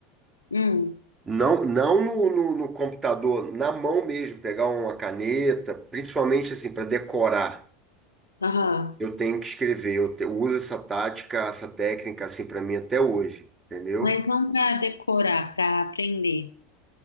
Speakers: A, on the left (about 85°); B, on the right (about 15°).
A: Hum,
B: Não, não no, no- no computador, na mão mesmo, pegar uma caneta, principalmente assim para decorar.
A: aham.
B: Eu tenho que escrever, eu te- uso essa tática, essa técnica assim para mim até hoje, entendeu?
A: Mas não para decorar, para aprender.